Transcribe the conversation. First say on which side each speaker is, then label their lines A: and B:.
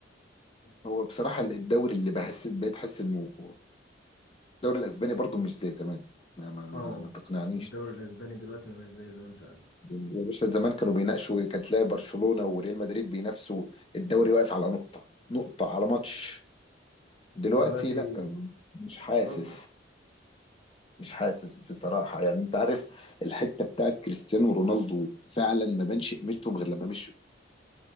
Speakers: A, on the left (about 30°); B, on the left (about 65°).
A: هو بصراحه الدوري اللي بحس بقيت احس انه الدوري الاسباني برضو مش زي زمان ما ما ما,
B: اه
A: ما تقنعنيش
B: الدوري الاسباني دلوقتي ما بقاش زي زمان فعلا
A: يا باشا زمان كانوا بيناقشوا كانت تلاقي برشلونه وريال مدريد بينافسوا الدوري واقف على نقطه نقطه على ماتش دلوقتي
B: دلوقتي
A: لا مش حاسس
B: خلاص بقى
A: مش حاسس بصراحة يعني انت عارف الحتة بتاعت كريستيانو رونالدو فعلا ما بانش قيمتهم غير لما مشوا